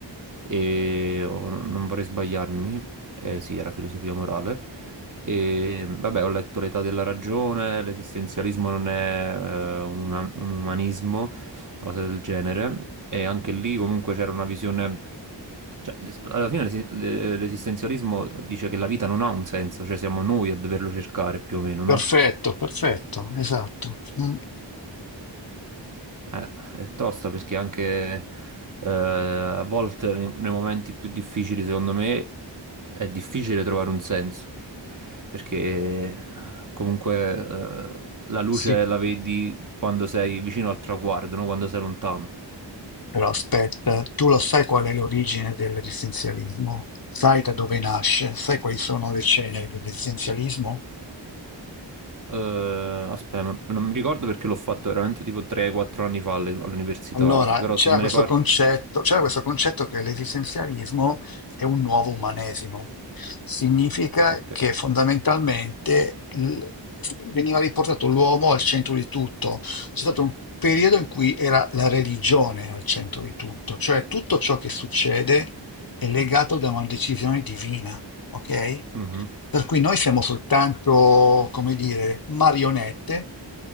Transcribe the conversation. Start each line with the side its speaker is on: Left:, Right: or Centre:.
Right: e oh, non non vorrei sbagliarmi, eh, sì, era filosofia morale. E vabbè, ho letto L'età della ragione, l'esistenzialismo non è eh, un, una- un umanismo, una cosa del genere. E anche lì comunque c'era una visione... Cioè, l'es- alla fine l'esi- le- l'esistenzialismo dice che la vita non ha un senso, cioè siamo noi a doverlo cercare più o meno, no?
Left: Perfetto, perfetto, esatto. Mm.
Right: Eh, è tosta perché anche eh, a volte nei, nei momenti più difficili, secondo me, è difficile trovare un senso. Perché comunque eh, la luce
Left: Sì,
Right: la vedi quando sei vicino al traguardo, no? Quando sei lontano.
Left: però aspetta, tu lo sai qual è l'origine dell'esistenzialismo? Sai da dove nasce? Sai quali sono le ceneri dell'esistenzialismo?
Right: Eh, aspetta, non mi ricordo perché l'ho fatto veramente tipo 3-4 anni fa alle- all'università,
Left: Allora,
Right: però
Left: c'era
Right: se me
Left: questo
Right: ne parli...
Left: concetto, c'era questo concetto che l'esistenzialismo è un nuovo umanesimo. Significa
Right: Ok.
Left: che fondamentalmente il- veniva riportato l'uomo al centro di tutto. C'è stato un periodo in cui era la religione al centro di tutto, cioè tutto ciò che succede è legato da una decisione divina ok?
Right: Mhm,
Left: Per cui noi siamo soltanto, come dire, marionette,